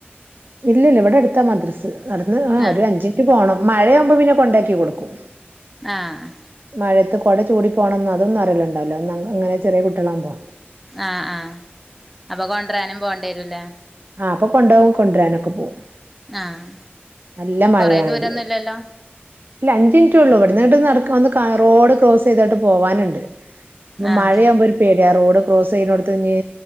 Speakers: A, on the right (about 55°); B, in the centre.
A: ഇല്ല ഇല്ല ഇവിടെ അടുത്താ മദ്രസ് നടന്ന് ആ
B: ആഹ്
A: ഒരു അഞ്ചിനിറ്റ് പോകണം മഴയാവുമ്പോ പിന്നെ കൊണ്ടാക്കി കൊടുക്കും
B: ആഹ്
A: മഴത്ത് കൂട ചൂടി പോകണന്ന് അതൊന്നും അറിയില്ലണ്ടാവല്ലോ ഇങ്ങനെ ചെറിയ കുട്ടികളാകുമ്പോ
B: ആഹ് ആഹ് അപ്പൊ കൊണ്ടരാനും പോകേണ്ടി വരൂല്ലേ
A: ആഹ് അപ്പൊ കൊണ്ടോവും കൊണ്ടുവരാനൊക്കെ പോകും
B: ആഹ്
A: നല്ല മഴയാണെങ്കില്
B: കൊറെ ദൂരൊന്നുല്ലല്ലോ
A: ഇല്ല അഞ്ച് മിനിറ്റ് ഉള്ളു ഇവിടുന്നട്ട് നട വന്ന് റോഡ് ക്രോസ് ചെയ്തായിട്ട് പോവാനുണ്ട് ഇപ്പ
B: ആഹ്
A: മഴയാവുമ്പോ ഒരു പേടിയ റോഡ് ക്രോസ് ചെയ്യുന്നോടുത്ത് ഇഞ്ഞ്